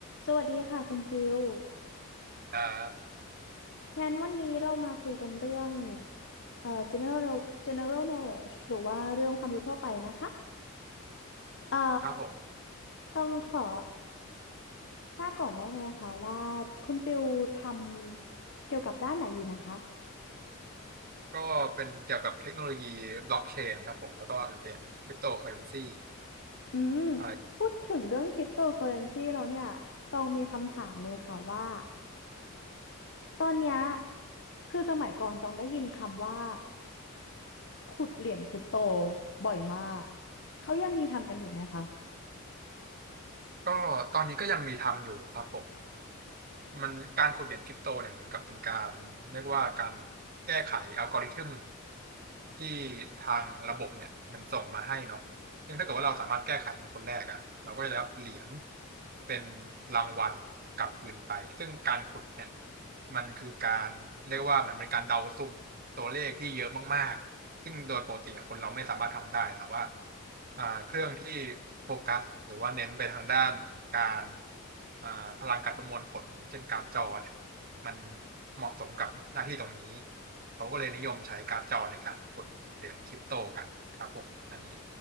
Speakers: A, on the left; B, on the right.
A: สวัสดีค่ะคุณฟิล
B: อ่า
A: งานวันนี้เรามาคุยกันเรื่องเอ่อ general general knowledge หรือว่าเรื่องความรู้ทั่วไปนะคะเอ่อ
B: ครับผม
A: ต้องขอทราบก่อนได้ไหมคะว่าคุณฟิลทำเกี่ยวกับด้านไหนอยู่นะคะ
B: ก็เป็นเกี่ยวกับเทคโนโลยีบล็อกเชนครับผม แล้วก็เหรียญคริปโตเคอเรนซี
A: อืม
B: อ่า
A: พูดถึงเรื่องคริปโตเคอเรนซีแล้วเนี่ยต้องมีคำถามเลยค่ะว่าตอนเนี้ยคือสมัยก่อนต้องได้ยินคำว่าขุดเหรียญคริปโตบ่อยมากเขายังมีทำกันอยู่ไหมคะ
B: ก็ตอนนี้ก็ยังมีทำอยู่ครับผม มันการขุดเหรียญคริปโตเนี่ยเหมือนกับเป็นการเรียกว่าการแก้ไขอัลกอริทึมที่ทางระบบเนี่ยมันส่งมาให้เนาะซึ่งถ้าเกิดว่าเราสามารถแก้ไขเป็นคนแรกอ่ะเราก็จะได้รับเหรียญเป็นรางวัลกลับคืนไป ซึ่งการขุดเนี่ยมันคือการเรียกว่าเหมือนเป็นการเดาสุ่มตัวเลขที่เยอะมากๆ ซึ่งโดยปกติอะคนเราไม่สามารถทำได้แต่ว่า อ่าเครื่องที่โฟกัสหรือว่าเน้นไปทางด้านการอ่าพลังการประมวลผลอย่างเช่นการ์ดจอเนี่ยมันเหมาะสมกับหน้าที่ตรงนี้เขาก็เลยนิยมใช้การ์ดจอในการขุดเหรียญคริปโตกันครับผมอันนี้